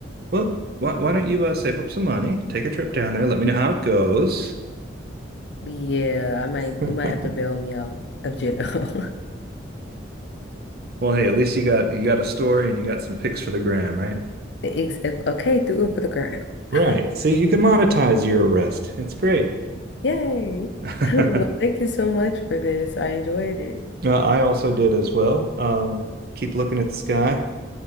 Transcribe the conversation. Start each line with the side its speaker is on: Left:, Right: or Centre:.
Right: well, why, why don't you uh, save up some money, take a trip down there, let me know how it goes.
Left: Yeah, I might
Right: <laughs>
Left: you might have to bail me out of jail. <laughs>
Right: Well, hey, at least you got you got a story and you got some pics for the gram, right?
Left: The Ex- Okay, do it for the gram.
Right: Right.
Left: <laughs>
Right: See, you can monetize your arrest. It's great.
Left: Yay.
Right: <laughs>
Left: <laughs> Well, thank you so much for this. I enjoyed it.
Right: Uh, I also did as well. Um, keep looking at the sky.